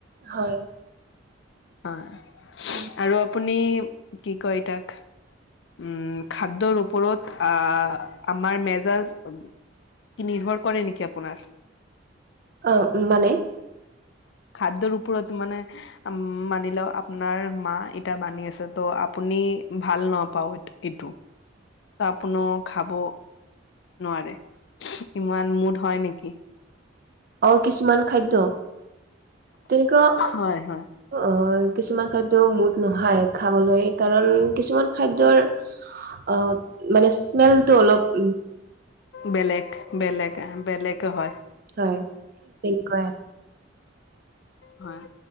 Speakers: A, on the right; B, on the left.
A: হয়।
B: হয়।
A: উম।
B: আৰু আপুনি কি কয় তাক? উম খাদ্যৰ ওপৰত আহ আমাৰ মেজাজ কি নিৰ্ভৰ কৰে নেকি আপোনাৰ?
A: অ মানে।
B: খাদ্যৰ ওপৰত মানে উম মানি লও আপোনাৰ মা এটা বানী আছে ত' আপুনি ভাল নপাও এইটো এইটো। ত আপুনো খাব নোৱাৰে, ইমান মুদ হয় নেকি?
A: অ কিছুমান খাদ্য, তেনেকুৱা
B: হয় হয়
A: অ কিছুমান খাদ্য মুদ নহয় খাবলৈ কাৰণ কিছুমান খাদ্যৰ অ মানে স্মেলটো অলপ উ
B: বেলেগ বেলেগ আ বেলেগে হয়।
A: হয় তেনেকুৱাই আৰু।
B: হয়।